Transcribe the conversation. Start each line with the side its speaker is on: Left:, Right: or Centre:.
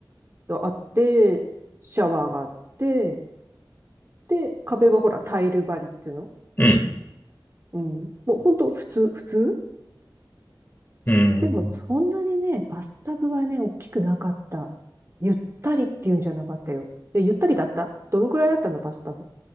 Right: があって、シャワーがあって、で、壁はほら、タイル張りっていうの
Left: うん。
Right: うん。もうほんと普通、普通
Left: うん、うん。
Right: でもそんなにね、バスタブはね、大きくなかった。ゆったりっていうんじゃなかったよ。え、ゆったりだったどのくらいだったの、バスタブ。